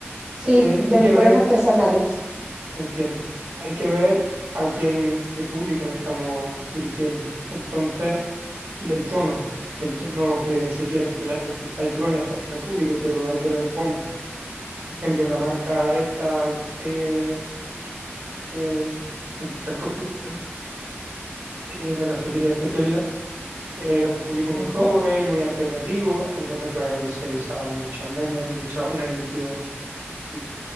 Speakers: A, on the right; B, on the right.
A: Sí,
B: eh,
A: de
B: hay que
A: licores
B: ver,
A: artesanales.
B: entiendo, hay que ver a quién, a qué público nos estamos dirigiendo. Entonces, y el tono, el tono que se quiere emplear, porque hay que conectar con el público, pero hay que ver cómo. Por ejemplo, la marca esta, eh, eh, Industrial Coffee, ¿vale? Eh, la cafetería de especialidad. eh, Era un público muy
A: Ujú.
B: joven, muy alternativo, entonces pues se usaban muchos memes, mucho, una edición mm,